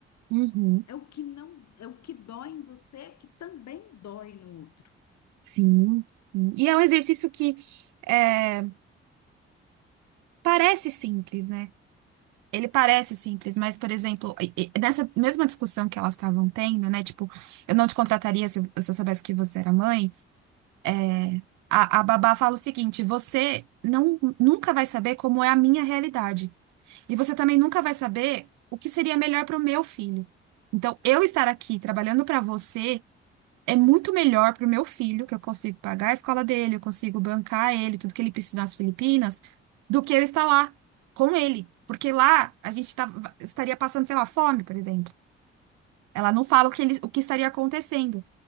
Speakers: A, on the right; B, on the left.
A: Uhum.
B: É o que não, é o que dói em você, que também dói no outro.
A: Sim, sim. E é um exercício que é, parece simples, né? Ele parece simples, mas, por exemplo, e- e- nessa mesma discussão que elas estavam tendo, né? Tipo, eu não te contrataria se eu se eu soubesse que você era mãe. é, a, a babá fala o seguinte: você não, nunca vai saber como é a minha realidade. E você também nunca vai saber o que seria melhor para o meu filho. Então, eu estar aqui trabalhando para você é muito melhor para o meu filho, que eu consigo pagar a escola dele, eu consigo bancar ele, tudo que ele precisa nas Filipinas, do que eu estar lá com ele. Porque lá a gente tá- estaria passando, sei lá, fome, por exemplo. Ela não fala o que, ele- o que estaria acontecendo,